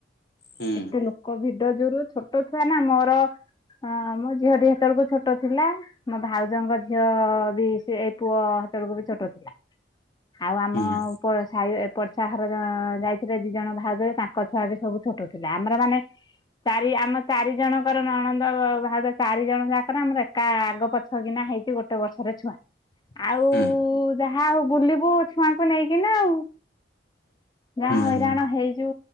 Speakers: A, on the left; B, on the left.
A: ହୁଁ
B: ଏତେ ଲୋକ ଭିଡ଼ ଯୋରୁ ଛୋଟ ଛୁଆ ନା ମୋର। ହଁ ମୋ ଝିଅଟି ହେତବେଳକୁ ଛୋଟ ଥିଲା ମୋ ଭାଉଜଙ୍କ ଝି ଝିଅ ବି ସିଏ ଏଇ ପୁଅ ହେତବେଳକୁ ବି ଛୋଟ ଥିଲା। ଆଉ ଆମ
A: ହୁଁ
B: ଏପଟ ସାଇର ଏପଟ ଯାହର ଯା ଆ ଆ ଯାଇଥିଲେ ଦିଜଣ ଭାଉଜ ଯେ ତାଙ୍କ ଛୁଆ ବି ସବୁ ଛୋଟ ହେଲା ଆମର ମାନେ ଚାରି ଆମ ଚାରି ଜଣଙ୍କର ନଣନ୍ଦ ଭା ଭାଉଜ ଚାରିଜଣ ଯାକର ଆମର ଏକା ଆଗ ପ ଛ କିନା ହେଇକି ଗୋଟେ ବର୍ଷରେ ଛୁଆ। ଆଉ ଉ
A: ହୁଁ
B: ଉ ଉ ଯାହା ଆଉ ବୁଲିବୁ ଛୁଆଙ୍କୁ ନେଇକି ନା ଆଉ। ଯାହା
A: ହୁଁ
B: ହଇରାଣ ହେଇଚୁ